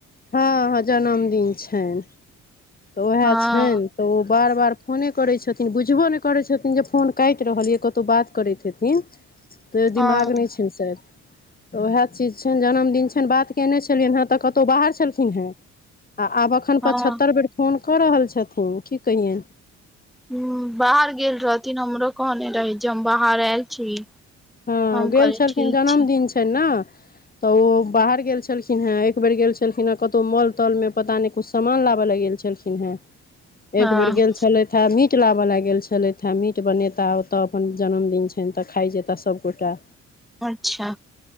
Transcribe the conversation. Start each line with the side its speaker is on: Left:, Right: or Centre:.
Left: हँ- हँ जनम दिन छैन, तऽ वेहे
Centre: हँ
Left: छैन तऽ ओ बार बार फोने करैत छथिन, बुझबो नहि करैत छथिन जे फोन कैट रहल य, कतौ बात करैत हेथिन। से दिमाग
Centre: हँ
Left: नै छैन शयद। तऽ वेहे चीज छैन जनमदिन छैन बात कयने छलियनि हेँ तऽ कतौ बाहर छलखिन हेँ। आ आब एखन
Centre: हँ
Left: पचहत्तर
Centre: ह
Left: बेर फोन कऽ रहल छथिन की कहियैन?
Centre: हूं, बाहर गेल रहथिन हमरो कहने रहै जे हम बाहर एल छी।
Left: हँ,
Centre: हम
Left: गेल
Centre: कहलियै
Left: छलखिन
Centre: ठीक
Left: जन्मदिन
Centre: छै
Left: छैन न? तऽ ओ बाहर गेल छलखिनहें एक बेर गेल छलखिनहें कतौ माॅल-ताॅल में पता नै कुछ सामान लाब ले गेल छलखिनहें
Centre: हँ
Left: एक बेर गेल छलै मीट लाबऽ ले गेल छलैथे, मीट बनेता ओतऽ अपन जनमदिन छैन तऽ खाइ जेता सबगोटा।
Centre: अच्छा।